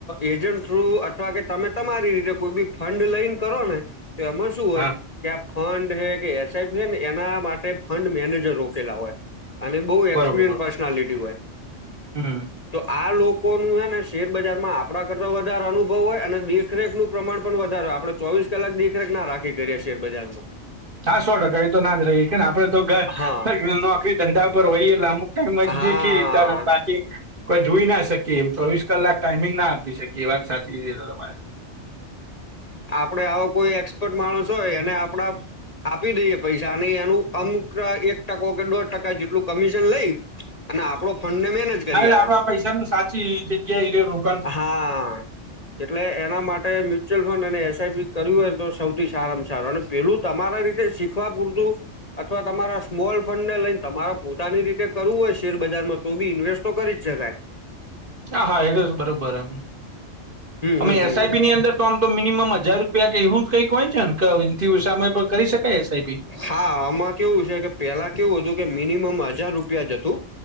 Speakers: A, on the left (about 35°); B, on the right (about 45°).
A: એજન્ટ થ્રુ અથવા કે તમે તમારી રીતે કોઈ બી ફંડ લઈને કરો ને. તો એમાં શું હોય.
B: હા
A: કે્યા ફંડ હે કે એસઆઈપી હ ને એના માટે ફંડ મેનેજર રોકેલા હોય. અને બહ એક્સપિરિયન્સ
B: બરોબર બરોબર
A: પર્સનાલિટી હોય.
B: હમ
A: તો આ લોકો નું હેને શેર બજારમાં આપણા કરતા વધારે અનુભવ હોય અને દેખરેખનું પ્રમાણ પણ વધારે હોય. આપડ ચોવીસ કલાક દેખરેખ ના રાખી કરી શેર બજારમાં.
B: હા સો ટકા એ તો ના જ રહીએ કે ને આપડે તો
A: હા
B: નોકરી, ધંધા પર હોય. એટંમુ
A: હા
B: ખી ત બાકી કોઈ જોઈ ના શકીએ એમ ચોવીસ કલાક ટાઈમિંગ ના આપી શકે. એ વાત સાચી છે તમારી.
A: આપણે આવો કોઈ એક્સપર્ટ માણસ હોય એને આપણા. આપી દઈએ પૈસા અને એનું અમુક એક ટકો કે દોઢ ટકા જેટલું કમિશન લઈ. અને આપડો ફંડ ને મેનેજ કરી
B: હા એટલે
A: હાલે.
B: આપડા પૈસા નું સાચી જગ્યા એ.
A: હા, એટલે એના માટે મ ્યલ ફંડ એસઆઈપી કર્યું હોય તો સૌથી સારામાં સારું અને પેલું તમારા રીતે શીખવા પૂરતું. અથવા તમારા સ્મોલ ફંડ ને લઈને તમારે પોતાની રીતે કરવું હોય શેર બજારમાં તો બી ઇન્વેસ્ટ તો કરી્ છેકાય.
B: હા હા એ બરોબર એમ,
A: હમ
B: અમે
A: હમ હમ
B: એસ આઈ પીની અંદર તો મિનિમમ હજાર રૂપિયા ક એું જ કઈક હોય છે ને કેથી સામે કરી શકાય એસ ઈ બી?
A: હા આમાં કેવું છે કે પેલા કેવું હતું કે મિનિમમ હજાર રૂપિયા જતું.